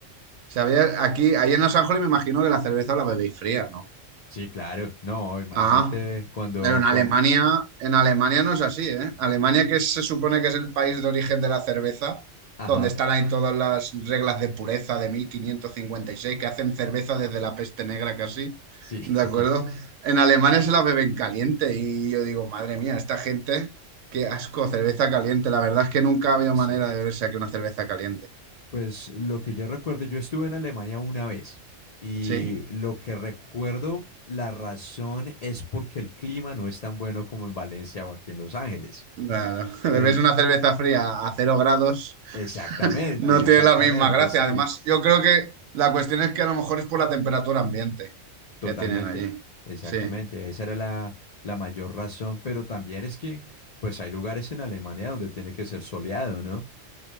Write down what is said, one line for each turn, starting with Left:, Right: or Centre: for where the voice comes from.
Right: Sabía, aquí, ahí en Los Ángeles me imagino que la cerveza la bebéis fría, ¿no?
Left: Sí, claro, no, imagínate
Right: Ah,
Left: cuando,
Right: pero en Alemania,
Left: cua-
Right: en Alemania no es así, ¿eh? Alemania, que se supone que es el país de origen de la cerveza,
Left: ajá,
Right: donde están ahí todas las reglas de pureza de 1556 que hacen cerveza desde la peste negra casi,
Left: sí. <laughs>
Right: ¿de acuerdo? En Alemania se la beben caliente y yo digo, madre mía, esta gente, qué asco, cerveza caliente. La verdad es que nunca había
Left: No
Right: manera
Left: sé.
Right: de beberse aquí una cerveza caliente,
Left: Pues lo que yo recuerdo, yo estuve en Alemania una vez y
Right: ¿sí?
Left: lo que recuerdo, la razón es porque el clima no es tan bueno como en Valencia o aquí en Los Ángeles.
Right: Claro, <laughs>
Left: Eh,
Right: bebes una cerveza fría a cero grados,
Left: exactamente,
Right: no tiene
Left: exactamente,
Right: la misma gracia.
Left: sí,
Right: Además, yo creo que la cuestión es que a lo mejor es por la temperatura ambiente
Left: totalmente,
Right: que tienen allí.
Left: exactamente.
Right: Sí,
Left: Esa era la, la mayor razón, pero también es que pues hay lugares en Alemania donde tiene que ser soleado, ¿no?